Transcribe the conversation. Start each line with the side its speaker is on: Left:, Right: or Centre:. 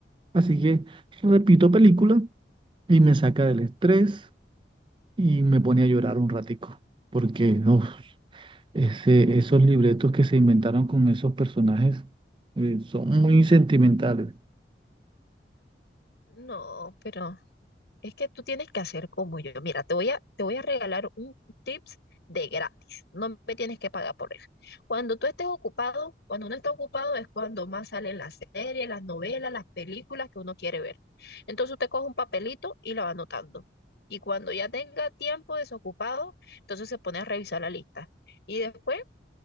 Right: así que repito película y me saca del estrés y me pone a llorar un ratico, porque no, ese, esos libretos que se inventaron con esos personajes eh, son muy sentimentales.
Left: No, pero Es que tú tienes que hacer como yo. Mira, te voy a, te voy a regalar un tips de gratis. No me tienes que pagar por él. Cuando tú estés ocupado, cuando uno está ocupado es cuando más salen las series, las novelas, las películas que uno quiere ver. Entonces usted coge un papelito y la va anotando. Y cuando ya tenga tiempo desocupado, entonces se pone a revisar la lista. Y después